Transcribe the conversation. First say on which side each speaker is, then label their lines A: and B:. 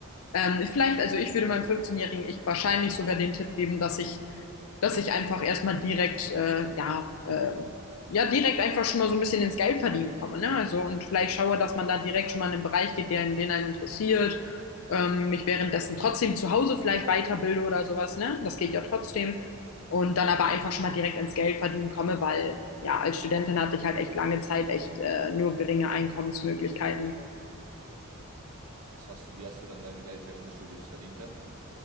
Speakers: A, on the left (about 75°); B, on the right (about 85°).
A: Ähm, vielleicht, also ich würde meinem 15-jährigen Ich wahrscheinlich sogar den Tipp geben, dass ich, dass ich einfach erstmal direkt, äh, ja, ähm, ja, direkt einfach schon mal so ein bisschen ins Geld verdienen komme, ne? Also und vielleicht schaue, dass man da direkt schon mal in einen Bereich geht, der in den einen interessiert, ähm, mich währenddessen trotzdem zu Hause vielleicht weiterbilde oder sowas, ne? Das geht ja trotzdem. Und dann aber einfach schon mal direkt ins Geld verdienen komme, weil ja, als Studentin hatte ich halt echt lange Zeit echt äh, nur geringe Einkommensmöglichkeiten.
B: Jetzt hast du, wie hast du dann dein Geld während des Studiums verdient dann?